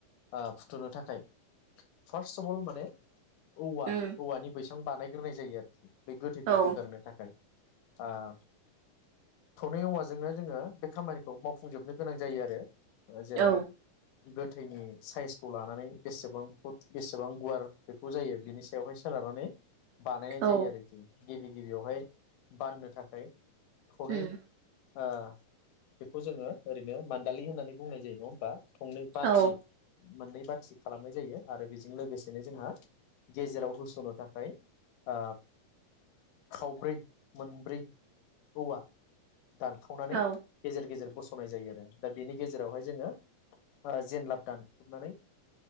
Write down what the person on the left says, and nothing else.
ओ फुथुनो थाखाय फार्स्टफल माने औवा
औवानि बैस सां बानाय गोरनाय जायो आ <unintelligible> बे गोथैखौ
बोगारनो थाखाय आं थनै औवाजोंनो जोङो बे खामानिखौ मावफुंजोबनो गोनां जायो आरो ओ जेराव
गोथैनि साइसखौ लानानै बेसेबां फुट बेसेबां गुवार बेखौ जायो बिनिस बेवहाय सोनारनानै बानायनाय
जायो आरोखि। गिबि गिबियावहाय बाननो थाखाय थ'नै
ओ बेखौ जोङो ओरैनो मान्दालि होननानै बुंनाय जायो नङा होमबा। थंनै बाथि
मोननै बाथि खालामनाय जायो आरो बेजों लोगोसेनो जोंहा गेजेराव होस'नो थाखाय ओ खावब्रै मोनब्रै औवा दानखावनानै
गेजेर गेजेर बस'नाय जायो आरो दा बेनि गेजेरावहाय जोङो ओ जेनलाब दानख्रुबनानै